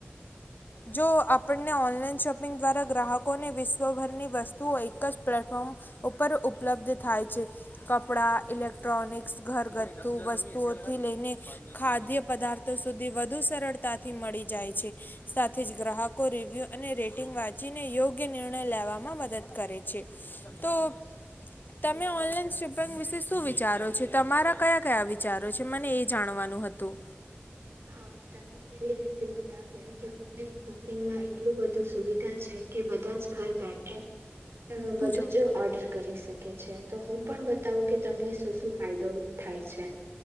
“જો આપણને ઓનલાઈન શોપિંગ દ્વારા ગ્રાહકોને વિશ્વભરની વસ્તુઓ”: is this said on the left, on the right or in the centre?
Left